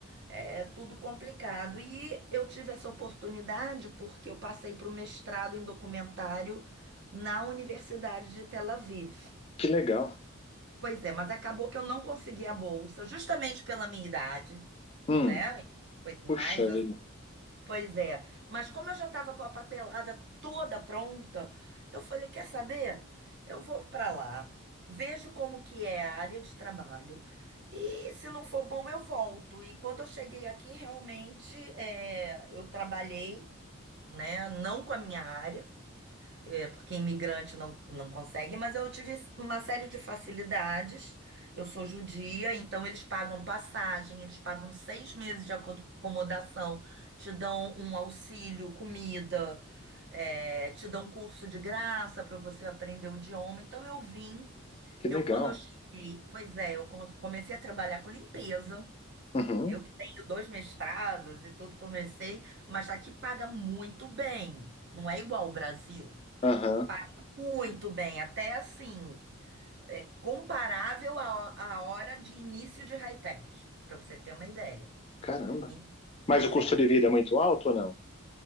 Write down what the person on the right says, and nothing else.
é tudo complicado. E eu tive essa oportunidade porque eu passei para o mestrado em documentário na Universidade de Tel Aviv.
Pois é, mas acabou que eu não consegui a bolsa, justamente pela minha idade,
né? Foi mais
assim.
Pois é, mas como eu já estava com a papelada toda pronta, eu falei, quer saber? Eu vou para lá, vejo como que é a área de trabalho e se não for bom eu volto. E quando eu cheguei aqui, realmente, é, eu trabalhei, né? Não com a minha área, é, porque imigrante não, não consegue, mas eu tive uma série de facilidades. Eu sou judia, então eles pagam passagem, eles pagam seis meses de aco- acomodação, te dão um auxílio, comida, é, te dão um curso de graça para você aprender o idioma. Então eu vim,
eu
quando eu cheguei, pois é, eu com- comecei a trabalhar com limpeza.
Eu que tenho dois mestrados e tudo, comecei, mas aqui paga muito bem. Não é igual ao Brasil.
Paga muito bem, até assim, é comparável à, à hora de início de high-tech, para você ter uma ideia.
E,
pois
é,